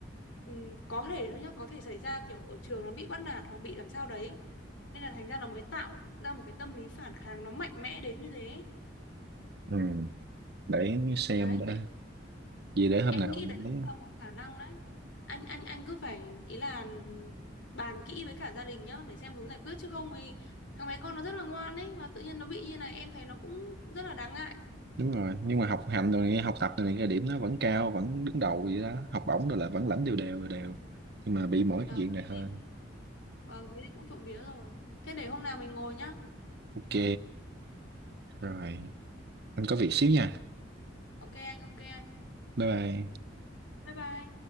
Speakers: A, on the left; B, on the right.
A: ừm, có thể thôi nhá có thể xảy ra kiểu ở trường nó bị bắt nạt hoặc bị làm sao đấy nên là thành ra nó mới tạo ra một cái tâm lý phản kháng nó mạnh mẽ đến như thế
B: ừ để xem
A: đấy
B: đã gì để hôm
A: em
B: nào
A: nghĩ đấy
B: mình lấy
A: cũng là một khả năng đấy anh anh anh cứ phải ý là bàn kỹ với cả gia đình nhá để xem hướng giải quyết chứ không thì thằng bé con nó rất là ngoan ấy và tự nhiên nó bị như này em thấy nó cũng rất là đáng ngại
B: đúng rồi nhưng mà học hành rồi này, học tập rồi này cái điểm nó vẫn cao vẫn đứng đầu vậy đó học bổng rồi là vẫn lãnh đều đều đều. nhưng mà bị mỗi
A: vâng
B: cái chuyện này
A: thế
B: thôi
A: thì, vâng, thế thì cũng trộm vía rồi thế để hôm nào mình ngồi nhá
B: ok rồi anh có việc xíu nha
A: ok anh ok anh
B: bye bye
A: bye bye